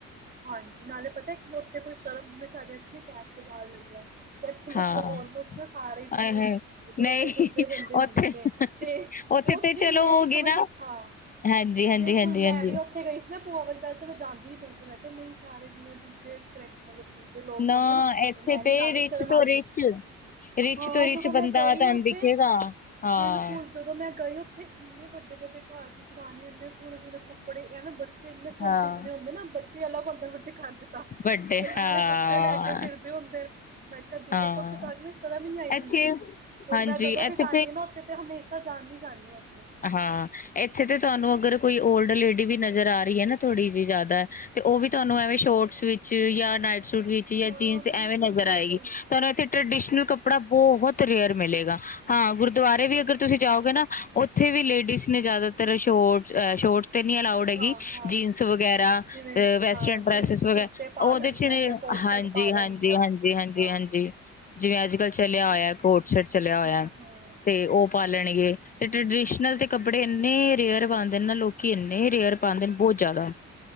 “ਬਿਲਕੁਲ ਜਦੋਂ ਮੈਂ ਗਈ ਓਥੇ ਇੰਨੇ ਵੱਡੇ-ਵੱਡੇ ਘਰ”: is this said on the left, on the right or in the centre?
Right